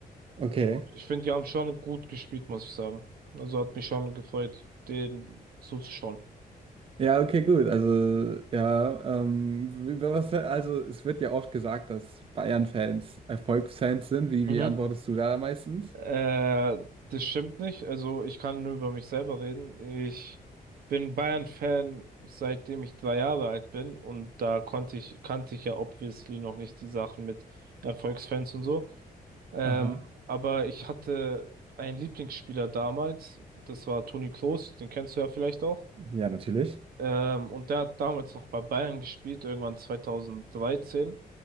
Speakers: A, on the right; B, on the right.
A: okay.
B: Ich finde, die haben schon gut gespielt, muss ich sagen. Also hat mich schon gefreut, denen zuzuschauen.
A: Ja, okay, gut. Also, ja, ähm, wie- was, also es wird ja oft gesagt, dass Bayern-Fans Erfolgsfans sind. Wie,
B: Mhm.
A: wie antwortest du da meistens?
B: Äh, das stimmt nicht. Also ich kann nur über mich selber reden. Ich bin Bayern-Fan, seitdem ich drei Jahre alt bin und da konnte ich, kannte ich ja obviously noch nicht die Sachen mit Erfolgsfans und so. Ähm,
A: Aha.
B: aber ich hatte einen Lieblingsspieler damals, das war Toni Kroos, den kennst du ja vielleicht auch.
A: Ja, natürlich.
B: Ähm, und der hat damals noch bei Bayern gespielt, irgendwann 2013.